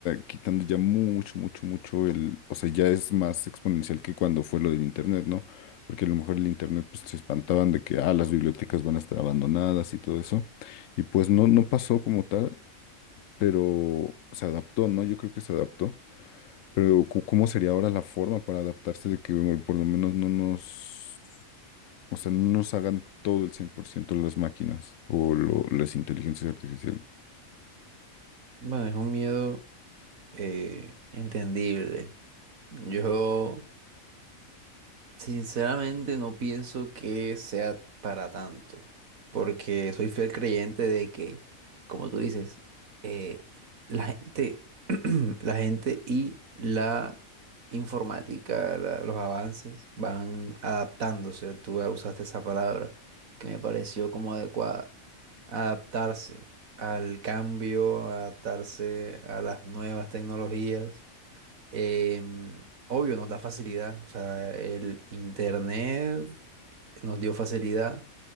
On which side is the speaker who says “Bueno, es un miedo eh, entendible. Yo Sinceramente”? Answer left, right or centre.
Right